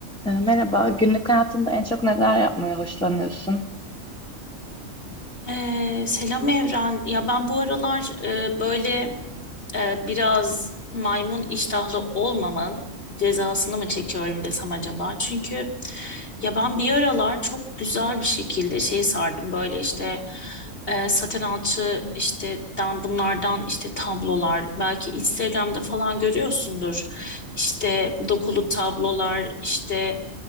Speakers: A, in the centre; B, on the left.
A: E, Merhaba, günlük hayatında en çok neler yapmaya hoşlanıyorsun?
B: Ee, selam Evren. Ya ben bu aralar e, böyle e, biraz maymun iştahlı olmamın cezasını mı çekiyorum desem acaba? Çünkü ya ben bir aralar çok güzel bir şekilde şey sardım böyle işte e, saten alçı işte dan bunlardan işte tablolar belki Instagram'da falan görüyorsundur. İşte dokulu tablolar işte